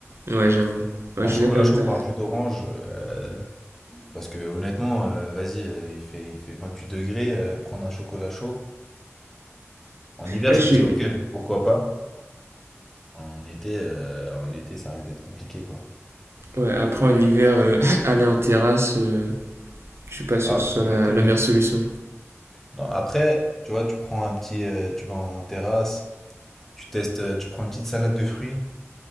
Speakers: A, on the right (about 60°); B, in the centre.
A: Ouais, j'avoue. Ouais,
B: Un
A: je
B: chocolat
A: suis d'accord avec
B: chaud
A: toi.
B: par jus d'orange, euh, parce que honnêtement, euh, vas-y, euh, il fait, il fait 28 degrés, euh, prendre un chocolat chaud. En hiver,
A: Ouais,
B: je
A: je
B: te
A: suis...
B: dis ok, pourquoi pas. En été, euh, en été, ça risque d'être compliqué, quoi.
A: ouais après en hiver, euh, <laughs> aller en terrasse, euh, Je suis pas sûr
B: Ah,
A: que ce soit
B: exactement.
A: la, la meilleure solution.
B: Non, après, tu vois, tu prends un petit, euh, tu vas en terrasse, tu testes, euh, tu prends une petite salade de fruits,